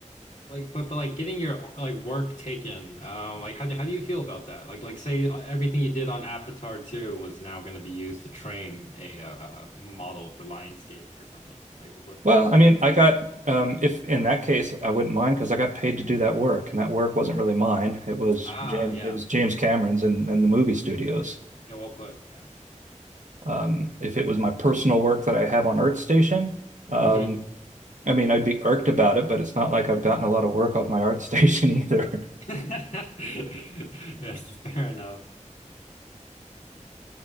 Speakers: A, on the left (about 75°); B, on the right (about 70°).
A: Like, but but like getting your like work taken, um, like how do how do you feel about that? Like like say uh, everything you did on Avatar 2 was now going to be used to train a uh, model for Lionsgate or something. Like what
B: Well,
A: how would how
B: I mean,
A: would you?
B: I got um, if in that case I wouldn't mind because I got paid to do that work, and that work wasn't really mine. It was
A: Ah,
B: James.
A: yeah,
B: It was James Cameron's and and the movie studios.
A: yeah, well put, yeah.
B: Um, if it was my personal work that I have on Art Station, um,
A: hmm
B: I mean, I'd be irked about it, but it's not like I've gotten a lot of work off my Art <laughs> Station either.
A: <laughs> Yes, fair enough.